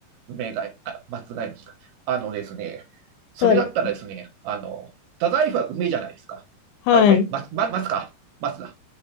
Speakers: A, on the right; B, on the left.
A: 梅貝、名あ、松外虫か。あのですね、それだったらですね、
B: そうです。
A: あの、スタダイフは梅じゃないですか。
B: はい。
A: あ、梅、松、ま、松か。松だ。